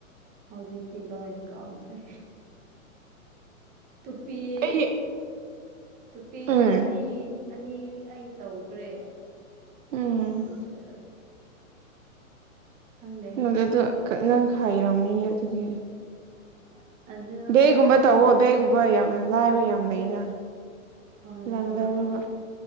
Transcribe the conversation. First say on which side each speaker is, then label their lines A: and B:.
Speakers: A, on the right; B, on the right.
A: ꯍꯧꯖꯤꯛꯇꯤ ꯂꯣꯏ ꯀꯥꯎꯈ꯭ꯔꯦ ꯇꯨꯄꯤ
B: ꯑꯩ
A: ꯇꯨꯄꯤꯁꯨ
B: ꯎꯝ
A: ꯑꯅꯤ ꯑꯅꯤ ꯑꯩ ꯇꯧꯈ꯭ꯔꯦ
B: ꯎꯝ
A: ꯑꯗꯨꯁꯨ ꯈꯪꯅꯦ
B: ꯑꯗꯨꯗꯣ ꯅꯪ ꯍꯥꯏꯥꯏ꯭ꯔꯔꯕꯅꯤꯅꯦ ꯑꯗꯨꯗꯤ
A: <unintelligible>
B: ꯕꯦꯒꯨꯝꯕ
A: ꯑꯣꯏꯔ
B: ꯇꯧꯑꯣ ꯕꯦꯒꯨꯝꯕ ꯌꯥꯝ ꯂꯥꯏꯕ ꯌꯥꯝ ꯂꯩꯅ
A: ꯍꯣꯏ
B: ꯂꯪ
A: ꯂꯩꯌꯦ
B: ꯂꯧꯔꯕ
A: ꯑꯗꯨ